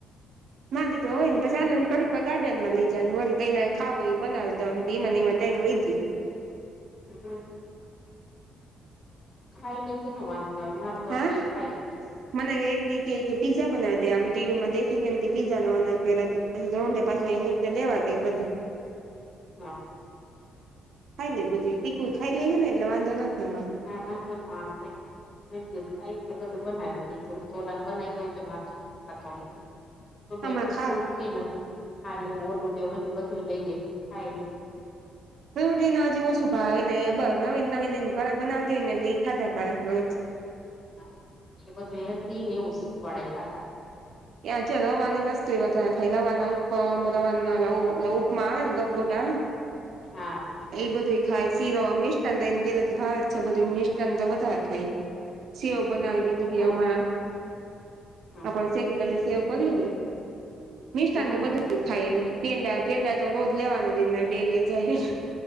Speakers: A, on the right; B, on the left.
A: મા દીકરો હોય ને પછ આનંદ ખક ગ્ડન માં લઈ જનું વળ કઈને ખાવું એ બનાવી દમ એને એ ટાઈમ લઈ જાય
B: હમ ખાઈ લ તો ન વાંધો હોય મારે તો
A: હા
B: કઈ થાય જ
A: મને એક દી કે પીઝા બનાવી દે આમ ટીવી માંખી કેમ પીઝા ન ના અ કરછટે પાછા એને એ લેવા ગઈ બધું.
B: હા
A: ખાઈ લે બધી તીખું ખાઈ લેવી ને એટલે વાંધો નથી અમાં
B: હ વાન શ આવેલે <unintelligible> ન ખાય એટલે બધું બનાવી દે તોલાને બનાવી દઉ માર તો ખાતો નથી તોલું
A: આમાં ખા
B: ફ્રૂટ કે ન ખાલે ઓનું મે હોયને બધું લઈ દેાય
A: ોટલીને હજુ ઓછું ભાવ ને બ નવીન નવીન એ ઘર બનાવી દે ને એ લ ખાતા કર રોજ
B: હ એટલે બધું એ દી ને ઉછિત પડે ખતા
A: એ આજે રવાની વસ્તુ એ વધારે ખાય રવાના ઉપ રવાની ઉપમા આવે ને ગભગોટ આવે ને
B: હા
A: એ બધું ખાય શીરો મિસ્ટા તો એ પેલાથી ભાવે જ છે. બધું મિસ્ટા તો વધારે ખાય સેવ બનાવી
B: હમ,
A: દીધી
B: સારું
A: હતી હણા
B: હા
A: આપડ
B: હા
A: શેકી ગલે સેવ કરીએ ને મિષાન
B: હા
A: તો બધું જ ખાય નને પેંડા પેંડા તો રોજ લેવાનો જ ડેરી જાય